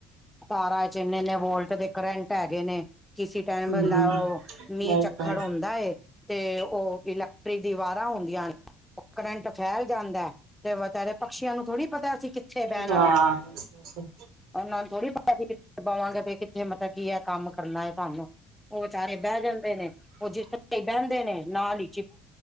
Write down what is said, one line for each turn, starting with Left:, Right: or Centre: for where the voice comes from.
Centre: ਤਾਰਾਂ 'ਚ ਏਨੇ-ਏਨੇ ਵੋਲਟ ਦੇ ਕਰੰਟ ਹੈਗੇ ਨੇ, ਕਿਸੀ ਟੈਮ
Right: ਨੇ
Centre: ਲਾਓ
Right: ਹਮ
Centre: ਮੀਂਹ-ਚੱਖੜ
Right: ਬਸ ਬਸ
Centre: ਹੁੰਦਾਏ - ਤੇ ਓ ਇਲੈਕਟ੍ਰਿਕ ਦੀ ਵਾਰਾਂ ਹੁੰਦੀਆਂ ਨੇ, ਓ ਕਰੰਟ ਫੈਲ ਜਾਂਦਾ। ਤੇ ਵਚਾਰੇ ਪਕਸ਼ੀਆਂ ਨੂੰ ਥੋੜੀ ਪਤਾ, ਅਸੀਂ ਕਿੱਥੇ ਬੈਣਾ
Right: ਵਾਹ
Centre: ਵੇ।
Right: ਬਸ ਬਸ
Centre: ਓਨਾਂ ਨੂੰ ਥੋੜ੍ਹੀ ਪਤਾ ਅੱਸੀ ਕਿੱਥੇ ਬਵਾਂ ਗੇ ਤੇ ਕਿਥੇ ਮਤਬ ਕੀ ਐ ਕੰਮ ਕਰਨਾ ਏ ਸਾਨੂੰ। ਓ ਵਚਾਰੇ ਬੈ ਜਾਂਦੇ ਨੇ, ਓ ਜਿਸ ਤਰ੍ਹਾਂ ਈ ਬੈਂਦੇ ਨੇ ਨਾਲ ਈ।